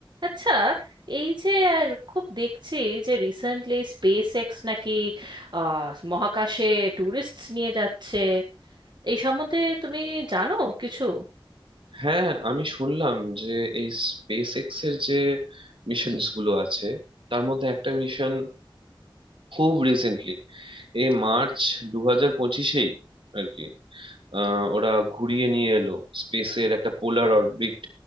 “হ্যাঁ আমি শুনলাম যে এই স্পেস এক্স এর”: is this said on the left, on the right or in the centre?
Right